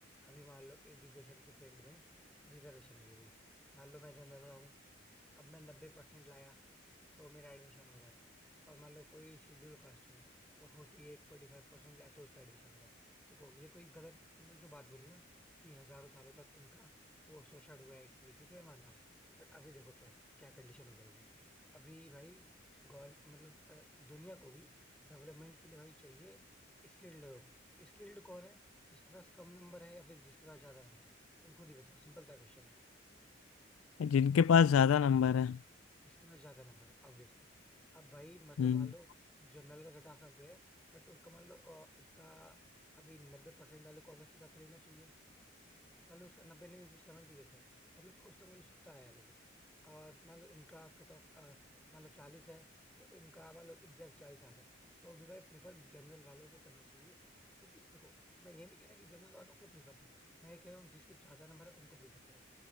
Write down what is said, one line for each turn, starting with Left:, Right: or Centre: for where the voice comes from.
Centre: अभी मान लो एजुकेशन के फील्ड में रिजर्वेशन मिल गई मान लो मैं जनरल रहा हूँ अब मैं नब्बे परसेंट लाया तो मेरा एडमिशन हो रहा है और मान लो कोई शेड्यूल कास्ट है वो फोर्टी एट फोर्टी फाइव परसेंट लाए तो उसका एडमिशन हो रहा है देखो ये कोई गलत तुमने जो बात बोली ना कि हजारों सालों तक उनका वो शोषण हुआ है एक तरीके से मैं मानता हूँ बट अभी देखो क्या क्या कंडीशन हो जाएगी अभी भाई गौर मतलब अ, दुनिया को भी डेवलपमेंट के लिए भाई चाहिए स्किल्ड लोग स्किल्ड कौन है जिसके पास कम नंबर है या फिर जिसके पास ज्यादा नंबर है तुम खुद ही बताओ सिंपल सा क्वेश्चन है
Left: जिनके पास ज्यादा नंबर है
Centre: जिसके पास ज्यादा नंबर है ऑब्वियसली अब भाई मतलब
Left: हम्म
Centre: मान लो जनरल का कट ऑफ नब्बे है बट उसका मान लो अ, उसका अभी नब्बे परसेंट वालों को ऑब्वियसली पता लेना चाहिए मान लो उसका नब्बे नहीं उसकी सेवेंटी एट है मतलब उसका मान लो सत्तर आया लेकिन और मान लो इनका कट ऑफ मान लो चालीस है तो इनका मान लो एग्जैक्ट चालीस आ गया तो अभी भाई प्रीफर जनरल वालों को करना चाहिए क्योंकि देखो मैं ये नहीं कह रहा कि जनरल वालों को प्रीफर करो मैं ये कह रहा हूँ जिसके ज्यादा नंबर है उनको प्रीफर करो